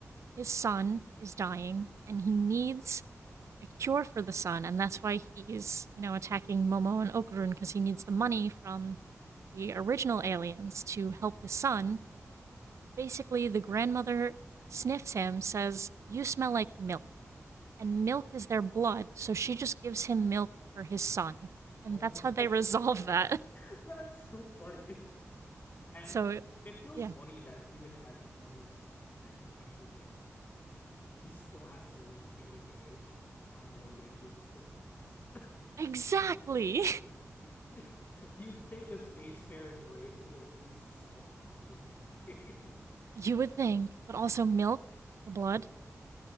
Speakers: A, on the right (about 65°); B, on the left (about 35°).
A: his son is dying and he needs a cure for the son and that's why he's you know attacking momo and okurun because he needs the money from the original aliens to help his son basically the grandmother sniffs him says you smell like milk and milk is their blood so she just gives him milk for his son and
B: Oh
A: that's
B: <laughs> my
A: how they <laughs> resolve
B: god.
A: that
B: That's so funny. And
A: so
B: it feels
A: yeah
B: funny that even as an alien species that can actually get to Earth he still has to live day to day on low wages, just like us.
A: exactly
B: <laughs> You'd think a spacefaring race would at least solve poverty. <laughs>
A: <laughs> you would think but also milk for blood